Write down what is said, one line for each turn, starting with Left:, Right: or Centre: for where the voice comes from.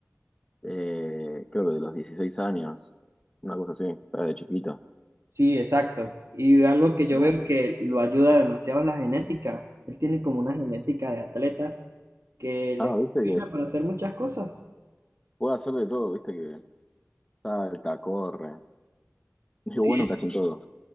Left: eh, creo que de los 16 años. Una cosa así, está desde chiquito.
Right: Sí, exacto. Y algo que yo
Left: Uf.
Right: veo que lo ayuda demasiado es la genética. Él tiene como una genética de atleta que le
Left: Ah, viste
Right: funciona
Left: que
Right: para hacer muchas cosas.
Left: puede hacer de todo, viste que salta, corre. <laughs> Es
Right: Sí,
Left: bueno, cachin todo.